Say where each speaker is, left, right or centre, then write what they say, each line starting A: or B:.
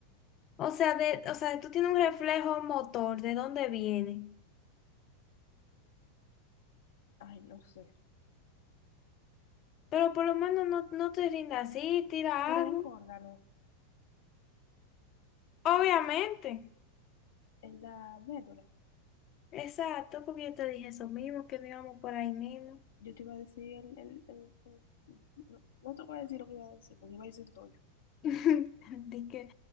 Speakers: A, on the left; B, on the left.
A: O sea, de, o sea, tú tienes un reflejo motor, ¿de dónde viene?
B: Ay, no sé.
A: Pero por lo menos no, no te rindas así, tira
B: Pero
A: algo.
B: un órgano
A: Obviamente.
B: en la médula.
A: Exacto, porque yo te dije eso mismo, que no íbamos por ahí mismo.
B: Yo te iba a decir el... el- el- el- no, no te voy a decir lo que iba a decir, porque iba a decir un toyo.
A: <laughs> Dije,